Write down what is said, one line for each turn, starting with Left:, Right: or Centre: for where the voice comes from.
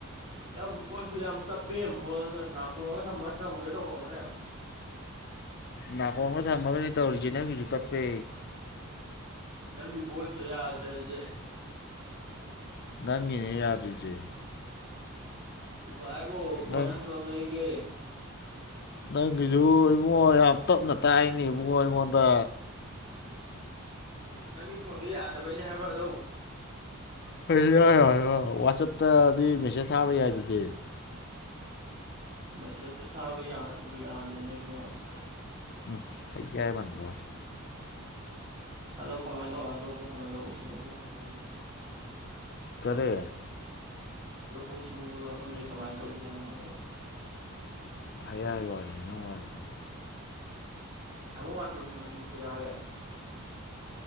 Right: ꯌꯥꯝ ꯣ ꯌꯥꯝ ꯇꯞꯄꯦ ꯐꯣꯟꯅ ꯅꯥꯀꯣꯡꯉꯒ ꯊꯝꯃꯒ ꯊꯧꯒꯦ ꯇꯧꯔꯛꯅꯦ
Left: ꯅꯥ ꯀꯣꯡꯅ ꯊꯝꯃꯒꯅꯤ ꯇꯧꯔꯤꯖꯤꯅ ꯍꯁꯨꯨ ꯇꯞꯄꯦ
Right: ꯅꯪꯒꯤ ꯣꯁꯇꯣ ꯌꯥꯗ꯭ꯔꯦ ꯑꯗꯨꯗꯦ
Left: ꯅꯪꯉꯅꯦ ꯌꯥꯗ꯭ꯔꯤꯁꯦ
Right: ꯎ ꯍꯥꯏꯔꯣ ꯐꯣꯟ
Left: ꯅꯪ
Right: ꯑꯍꯟꯕ ꯑꯃ ꯂꯩꯒꯦ
Left: ꯅꯪꯒꯤꯁꯨ ꯏꯕꯨꯡ ꯌꯥꯝ ꯇꯞꯅ ꯇꯥꯛꯏꯅꯤ ꯏꯕꯨꯡꯣ ꯑꯩꯉꯣꯟꯗ
Right: ꯅꯪꯒꯤ ꯐꯣꯟꯗꯣ ꯌꯥꯗꯕꯩꯅꯦ ꯍꯥꯏꯕꯗꯧ
Left: ꯍ ꯌꯥ ꯌꯥꯣꯏ ꯋꯥꯆꯞꯇꯗꯤ ꯃꯦꯁꯦꯁ ꯊꯥꯕ ꯌꯥꯏ ꯑꯗꯨꯗꯤ
Right: ꯃꯦꯁꯦꯁ ꯊꯥꯕ ꯌꯥꯔꯁꯨ ꯌꯥꯗꯦꯅꯦ ꯏꯕꯨꯡꯉ
Left: ꯎꯝ ꯐꯩ ꯌꯥꯏ ꯃꯟꯕ꯭ꯔ
Right: ꯑꯗꯣ ꯀꯃꯥꯏ ꯀꯃꯥꯏꯅ ꯇꯧꯒꯦ ꯍꯥꯏꯅꯣ ꯂꯧꯎ ꯁꯤꯡꯎꯕ ꯃꯐꯝꯗ
Left: ꯀꯔꯦ
Right: ꯂꯧꯎ ꯁꯤꯡꯎꯕꯒꯤ ꯋꯥꯐꯝꯁꯦ ꯀꯃꯥꯏꯅ ꯇꯧꯁꯤꯦ ꯍꯥꯏꯕꯅꯣꯕ
Left: ꯍꯌꯥꯏ ꯋꯥꯔꯤ ꯅꯪ ꯋꯥꯔꯤꯗꯨꯗꯤ
Right: ꯍ ꯋꯥ ꯇ ꯁꯤ ꯃꯁꯤ ꯊꯤꯔꯒꯦ